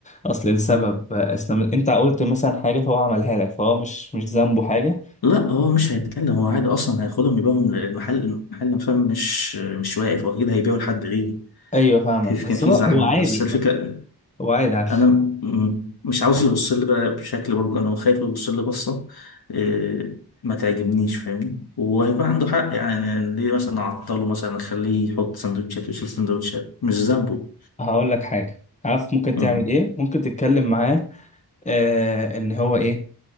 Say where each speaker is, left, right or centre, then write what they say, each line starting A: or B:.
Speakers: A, on the left (about 20°); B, on the left (about 65°).
A: اصل لسبب
B: مم.
A: أصل انت قلت مثلا حاجه فهو عملها لك فهو مش مش ذنبه حاجه
B: لا هو مش هيتكلم هو عادي اصلا هياخدهم يبيعهم للمحل المحل نفسه مش مش واقف واكيد هيبيعوا لحد غيري
A: ايوه فاهمك
B: كيف
A: بس
B: كان في
A: هو
B: زحمه
A: هو عادي
B: بس الفكره
A: هو عادي عادي.
B: انا م- مش عاوز يبص لي بقى بشكل برضه انا خايف يبص لي بصه إيه، ما تعجبنيش فاهمني وهيكون عنده حق يعني ليه مثلا اعطله مثلا اخليه يحط سندوتشات ويشيل سندوتشات مش ذنبه
A: هقول لك حاجة عارف ممكن
B: مم.
A: تعمل ايه ممكن تتكلم معاه آه ان هو ايه